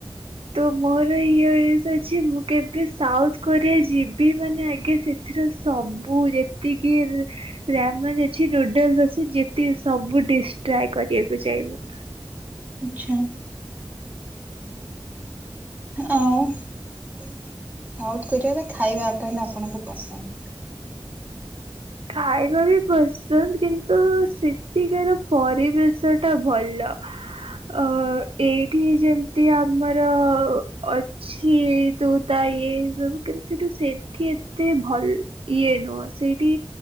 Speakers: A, on the right; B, on the right.
A: ତ ମୋର <unintelligible> ଅଛି ମୁଁ କେବେ ସାଉଥ୍ କୋରିଆ ଯିବି ମାନେ ଆଗେ ସେଥିର ସବୁ ଯେତିକି <unintelligible> ଅଛି ନୁଡଲ୍ସ ଅଛି ଯେତେ ସବୁ ଡିସ୍ ଟ୍ରଏ କରିଆକୁ ଚାହଁବି।
B: ଆଚ୍ଛା, ଆଉ ସାଉଥ୍ କୋରିଆରେ ଖାଇବାଟା ହେଲା ଆପଣଙ୍କୁ ପସନ୍ଦ।
A: ଖାଇବା ବି ପସନ୍ଦ କିନ୍ତୁ ସେଠିକାର ପରିବେଶଟା ଭଲ। ଅ ଏଇଠି ଯେମ୍ତି ଆମର ଅଛି <unintelligible> ତା ଇଏ ହି ସବୁ କିନ୍ତୁ ସେଇଠୁ ସେଠି ଏତେ ଭଲ ଇଏ ନୁହଁ ସେଇଠି